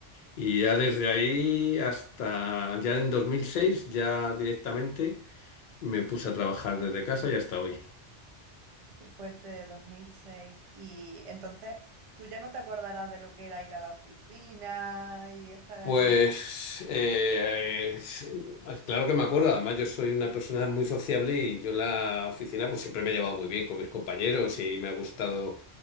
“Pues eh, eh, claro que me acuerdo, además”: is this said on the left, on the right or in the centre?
Left